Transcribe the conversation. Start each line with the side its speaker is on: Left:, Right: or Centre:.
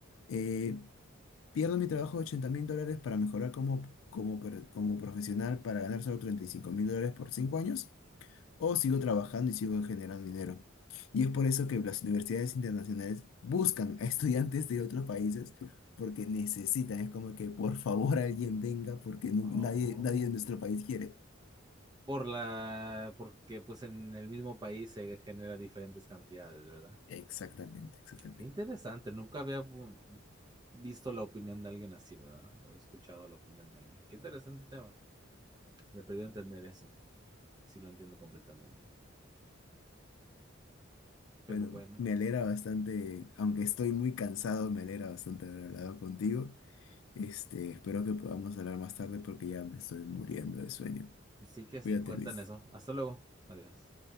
Left: eh, pierdo mi trabajo de 80 mil dólares para mejorar como, como, per- como profesional para ganar solo treinta y cinco mil dólares por cinco años o sigo trabajando y sigo generando dinero. Y es por eso que las universidades internacionales buscan a estudiantes de otros países porque necesitan, es como que por favor alguien venga porque no-
Right: Oh.
Left: nadie, nadie de nuestro país quiere.
Right: Por la, porque pues en el mismo país se genera diferentes cantidades, ¿verdad?
Left: Exactamente, exactamente.
Right: Qué interesante, nunca había mm, visto la opinión de alguien así, ¿verdad? He escuchado la opinión de alguien. Qué interesante tema. Me perdí entender eso. Sí lo entiendo completamente. Pero
Left: Bueno,
Right: bueno,
Left: me alegra bastante, aunque estoy muy cansado, me alegra bastante haber hablado contigo. Este, espero que podamos hablar más tarde porque ya me estoy muriendo de sueño.
Right: sí que
Left: Cuídate,
Right: sí, cuentan
Left: Luis.
Right: eso. Hasta luego. Adiós.